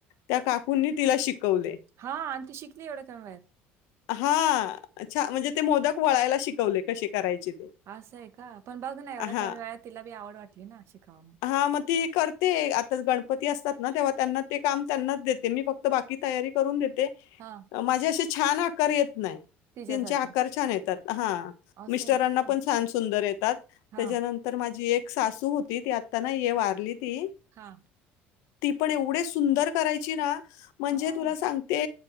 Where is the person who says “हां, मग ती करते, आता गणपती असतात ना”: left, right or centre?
Left